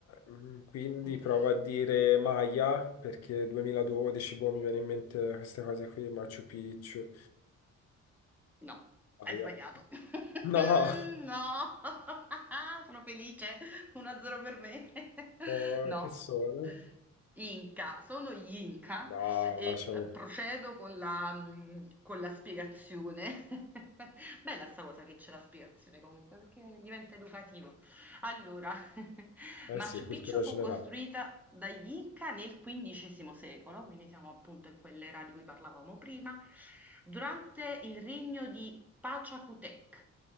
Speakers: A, on the left; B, in the centre.
A: mm, quindi
B: Mm.
A: provo a dire Maya, perché 2012, boh, mi viene in mente queste cose qui, Machu Picchu,
B: No,
A: Maya.
B: hai sbagliato.
A: <laughs>
B: <laughs>
A: No,
B: No, <laughs> sono felice, 1-0 per me. <laughs>
A: Oh,
B: No,
A: che sono?
B: Inca, sono gli Inca
A: No,
B: e
A: cioè,
B: eh, procedo con la, mm, con la spiegazione. <laughs> Bella sta cosa che c'è la spiegazione comunque, perché diventa educativo. Allora, <laughs>
A: eh
B: Machu
A: sì, cultura
B: Picchu fu
A: generale.
B: costruita dagli Inca nel XV secolo, quindi siamo appunto in quell'era di cui parlavamo prima, durante il regno di Pachacutec.